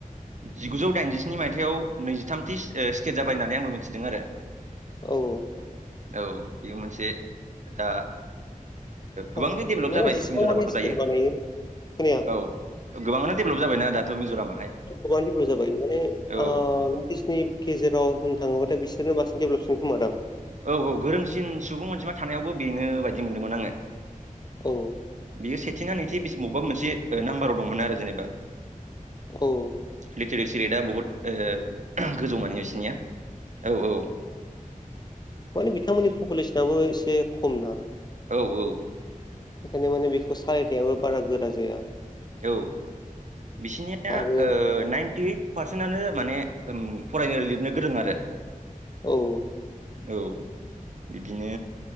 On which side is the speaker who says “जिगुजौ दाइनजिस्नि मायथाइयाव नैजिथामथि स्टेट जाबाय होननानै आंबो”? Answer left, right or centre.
Right